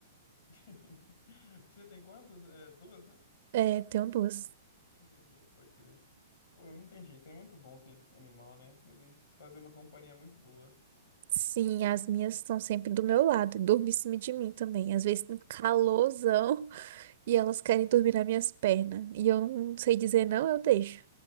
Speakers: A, on the left; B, on the right.
A: <laughs> Você tem quantas? É, duas, né?
B: É, tenho duas.
A: Tem duas, pode crer. Pô, não tem jeito, é muito bom ter animal, né? Eles fazem uma companhia muito boa.
B: Sim, as minhas estão sempre do meu lado, dormem em cima de mim também. Às vezes, um calorzão, <laughs> e elas querem dormir nas minhas pernas. E eu não sei dizer não, eu deixo.